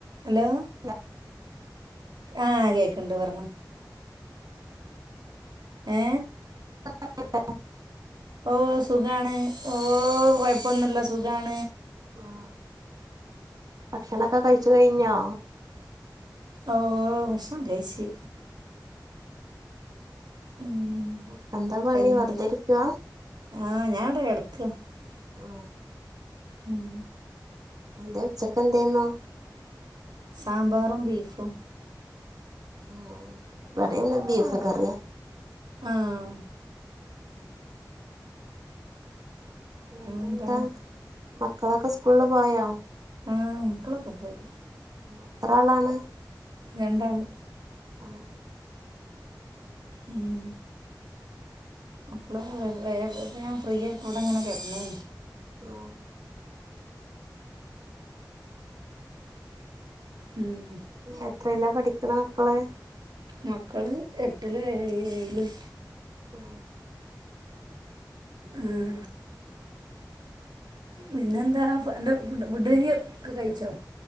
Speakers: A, on the right; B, on the right.
A: Hello
B: ല്ല
A: ആഹ കേക്കണ്ട് പറഞ്ഞോ ഏ
B: ആ <unintelligible>
A: ഓ സുഖമാണ് ഓ കുഴപ്പൊന്നല്ല സുഖമാണ്
B: ആ ഭക്ഷണൊക്കെ കഴിച്ചു കഴിഞ്ഞോ
A: ഓ ഭക്ഷണം കഴിച്ച് ഉം
B: അപ്പൊ എന്താ പണി
A: കഴിഞ്ഞോടി
B: വെറുതെരിക്ക്വ
A: ആഹ് ഞാൻ <unintelligible>
B: ഓ
A: ഉം
B: എന്താ ഉച്ചക്കെ എന്തെന്നോ
A: സാമ്പാറും ബീഫും
B: ഉം ബടെ ന്ന് ബീഫ് കറിയ
A: ആഹ്
B: പിന്നെന്താ
A: എന്താ
B: മക്കളൊക്കെ സ്കൂളില് പോയോ
A: ആ മക്കളൊക്കെ പോയി
B: എത്ര ആളാണ്
A: രണ്ടാള്
B: ആഹ്
A: ഉം മക്കള്പ്പ ഞാൻ ഫ്രീ ആയിട്ടപ്പോ വിടെ ങ്ങനെ കിടന്നേ
B: ഉം
A: ഉം
B: എത്രല്ല പഠിക്കണ മക്കള്
A: മക്കള് എട്ടിലും ഏ ഏഴിലും
B: ഓ
A: ഉം പിന്നെ എന്താ എന്റെ ഫുഡ് ഒക്കെ കഴിച്ചോ